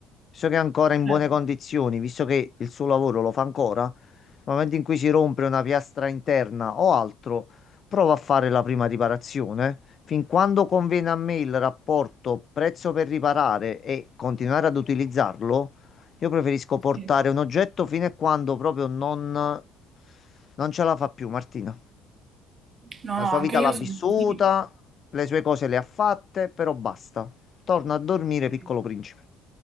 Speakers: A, on the left (about 35°); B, on the right (about 30°).
A: Visto che è ancora in
B: Certo.
A: buone condizioni, visto che il suo lavoro lo fa ancora, nel momento in cui si rompe una piastra interna o altro, provo a fare la prima riparazione. Fin quando conviene a me il rapporto prezzo per riparare e continuare ad utilizzarlo, io preferisco portare
B: Sì.
A: un oggetto fino a quando proprio non, non ce la fa più, Martina.
B: No, no,
A: La sua
B: anche
A: vita
B: io
A: l'ha
B: sono
A: vissuta,
B: così.
A: le sue cose le ha fatte, però basta. Torna a dormire, piccolo
B: Sì.
A: principe.